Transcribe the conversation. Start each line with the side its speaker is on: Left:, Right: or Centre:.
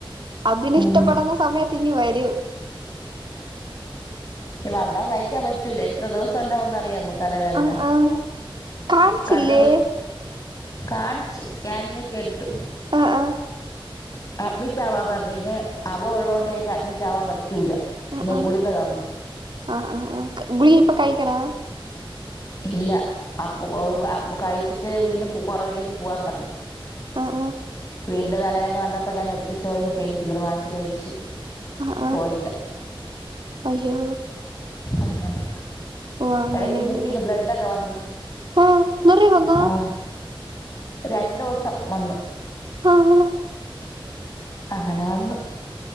Right: അതിനിഷ്ടപ്പെടുന്ന
Left: ഉം
Right: സമയത്ത് ഇനി വരൂ
Left: വന്നാ സഹിക്കാൻ പറ്റൂല എത്ര ദിവസം ഉണ്ടാവുന്ന് അറിയാമോ തലവേദന
Right: ആഹ് ആഹ് കാണിച്ചില്ലേ
Left: കണ്ണു കാണിച്ചു സ്കാനിങ് ഒക്കെ എടുത്ത്
Right: ആഹ് ആഹ്
Left: അഡ്മിറ്റ് ആവാൻ പറഞ്ഞ് പിന്നെ അവൊൻ ഉള്ളോണ്ട് എനിക്ക് അഡ്മിറ്റ് ആവാൻ പറ്റൂല
Right: ആഹ് ആഹ്
Left: ഗുളികതന്ന്
Right: ആഹ് ആഹ് ആഹ് ഗുളിക ഇപ്പൊ കഴിക്കണോ
Left: ഇല്ല അപ്പൊ കൊ കഴിച്ചിട്ട് വീണ്ടും കുറവില്ലെങ്കി പോവാൻ പറഞ്ഞ്
Right: ആഹ് ആഹ്
Left: വീണ്ടും തലവേദന വന്നപ്പോ ഞാൻ മെഡിക്കൽ സ്റ്റോറിന്ന് പെയിൻ കില്ലർ വാങ്ങിച്ച് കഴിച്ച്
Right: ആഹ് ആഹ്
Left: പോയില്ല
Right: അയ്യോ
Left: അങ്ങനെ
Right: ഓഹ് അങ്ങനെയല്ലേ
Left: എടയ്ക്ക് മൂക്കിന്ന് ബ്ലഡ് ഒക്കെ വന്ന്
Right: ആഹ് നിറ വന്നാ
Left: ആഹ് രണ്ടോസം വന്ന്
Right: ആഹ് ആഹ്
Left: അങ്ങനെ വന്നു